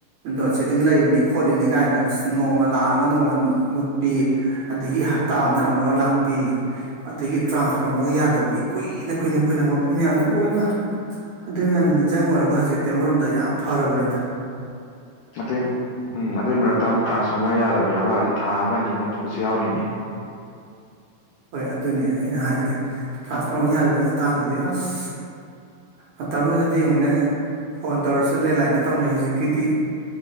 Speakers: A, on the right (about 70°); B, on the left (about 80°).
A: ꯗꯣ ꯁꯦꯠꯇꯤꯡ ꯂꯩꯔꯤꯅꯤ ꯈꯣꯠꯂꯤꯅꯤ ꯀꯥꯏꯅ ꯅꯣꯡꯃ ꯂꯥꯛꯑꯒ ꯅꯣꯡꯃ ꯃꯨꯠꯄꯤ ꯑꯗꯒꯤ ꯍꯞꯇꯥ ꯑꯃꯅ ꯑꯃꯨꯛ ꯂꯥꯛꯄꯤ ꯑꯗꯒꯤ ꯇ꯭ꯔꯥꯟꯁꯐ ꯐꯔꯝꯃꯒ ꯌꯥꯗꯕꯒꯤ ꯀꯨꯏꯅ ꯀꯨꯏꯅ ꯀꯨꯏꯅ ꯃꯣꯠꯐꯝ ꯃꯌꯥꯝꯗꯣ ꯂꯃ ꯑꯗꯨꯏ ꯃꯌꯥꯝꯗꯣ ꯅꯤꯡꯁꯤꯡꯉꯨꯔꯒ ꯍꯧꯖꯤꯛꯇꯤ ꯑꯃꯔꯣꯝꯗ ꯌꯥꯝ ꯐꯔꯕꯅꯤꯗ
B: ꯑꯗꯨꯏ ꯎꯝ ꯑꯗꯨꯏ ꯃꯔꯛꯇ ꯑꯃꯨꯛ ꯇ꯭ꯔꯥꯟꯁꯐꯣꯔꯃꯔ ꯌꯥꯗꯕ ꯌꯥꯎꯔꯛꯑꯗꯤ ꯊꯥ ꯑꯃ ꯑꯅꯤ ꯃꯨꯠꯄꯁꯨ ꯌꯥꯎꯔꯤꯅꯤ
A: ꯍꯣꯏ ꯑꯗꯨꯅꯦ ꯑꯩꯅ ꯍꯥꯏꯖꯩ ꯇ꯭ꯔꯥꯟꯁꯐꯣꯔꯔꯃꯔ ꯌꯥꯗꯕꯩ ꯃꯇꯥꯡꯗꯨꯗꯤ ꯑꯁ ꯃꯇꯝꯗꯨꯗꯗꯤ ꯌꯦꯡꯉꯛꯅꯦ ꯐꯣꯟ ꯇꯧꯔꯁꯨ ꯂꯦꯟꯂꯥꯏꯟꯗ ꯇꯧꯅꯩ ꯍꯧꯖꯤꯛꯀꯤꯗꯤ